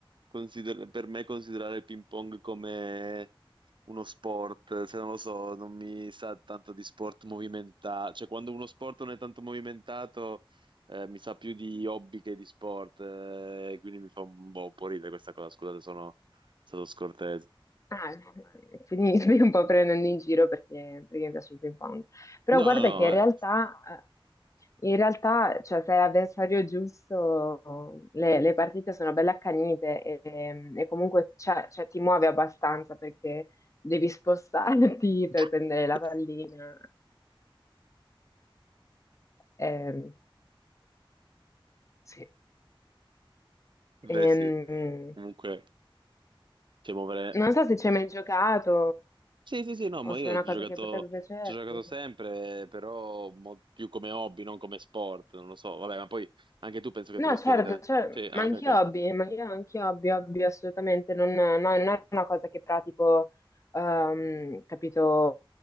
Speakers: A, on the right; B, on the left.
A: consider- per me considerare il ping pong come uno sport, se non lo so, non mi sa tanto di sport movimentato, cioè quando uno sport non è tanto movimentato eh, mi sa più di hobby che di sport, eh, quindi mi fa un po', un po' ridere questa cosa, scusate, sono stato scortese.
B: Ah, secondo me. <laughs> quindi mi stai un po' prendendo in giro perché, perché mi piace il ping pong. Però
A: No,
B: guarda
A: no, no,
B: che in
A: vabbè.
B: realtà, eh, in realtà, cioè, se hai l'avversario giusto, le, le partite sono belle accanite e, e comunque c'è- cioè, ti muove abbastanza perché devi spostarti <laughs>
A: <laughs>
B: per prendere la pallina. Ehm, sì.
A: Beh
B: Ehm,
A: sì, comunque, cioè, muovere.
B: non so se ci hai mai giocato
A: Sì, sì, sì, no,
B: o
A: ma
B: se
A: io
B: è una
A: ho giocato,
B: cosa che potrebbe piacerti.
A: ci ho giocato sempre, però mo- più come hobby, non come sport, non lo so. Vabbè, ma poi anche tu penso che
B: No,
A: tu lo stia
B: certo,
A: ritenendo.
B: cioè,
A: Sì, ah,
B: ma anche
A: ok, ok.
B: hobby, ma io anche hobby, hobby assolutamente, non, no, non è una cosa che pratico, ehm, capito,